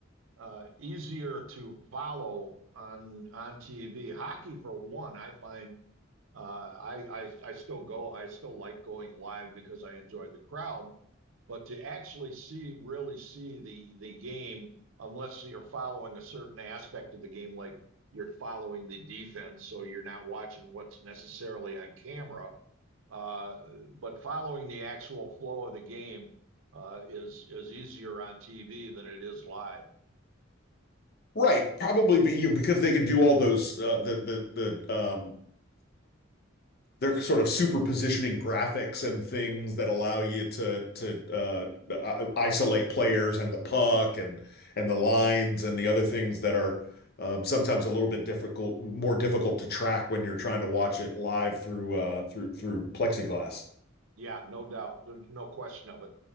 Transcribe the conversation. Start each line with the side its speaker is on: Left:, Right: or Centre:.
Right: uh, easier to follow on on TV. Hockey, for one, I find uh, I, I I still go, I still like going live because I enjoy the crowd. But to actually see, really see the the game, unless you're following a certain aspect of the game, like you're following the defense, so you're not watching what's necessarily on camera uh, but following the actual flow of the game uh, is is easier on TV than it is live.
Left: Right, probably be, you because they can do all those uh, the the the um, they're sort of superpositioning graphics and things that allow you to to uh, uh, isolate players and the puck and and the lines and the other things that are um, sometimes a little bit difficult, more difficult to track when you're trying to watch it live through uh, through through plexiglass.
Right: Yeah, no doubt, there's no question of it.